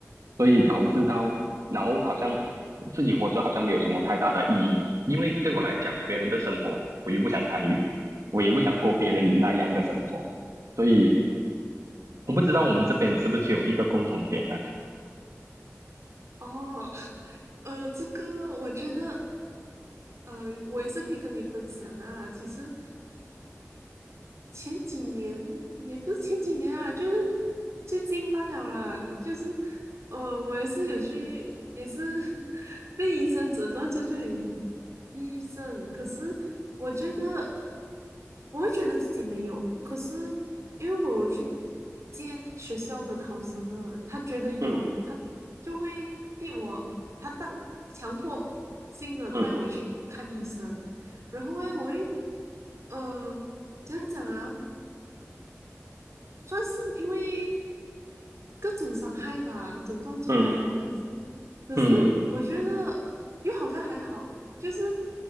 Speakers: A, on the right (about 80°); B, on the right (about 65°).
A: 所以导致到然后好像自己活着好像没有什么太大的意义，因为对我来讲，别人的生活我又不想参与，我也不想过别人那样的生活。所以我不知道我们这边是不是有一个共同点啊？
B: 哦，<laughs> 呃，这个我觉得，呃，我也是可以跟你分享啊。其实前几年也不是前几年啊，就是最近罢了啦。就是，呃，我也是有去，也是 <laughs> 被医生诊断出就有抑郁症。可是我觉得，我会觉得自己没有。可是因为我有去见学校的 counselor，他觉得有，
A: 嗯
B: 他就会逼我，他带强迫性的带我去看医生。
A: 嗯
B: 然后诶，我会。呃怎样讲啊？算是因为各种伤害吧，诊断出来好像是，
A: 嗯
B: 可是我觉得又好像还好，
A: 嗯嗯
B: 就是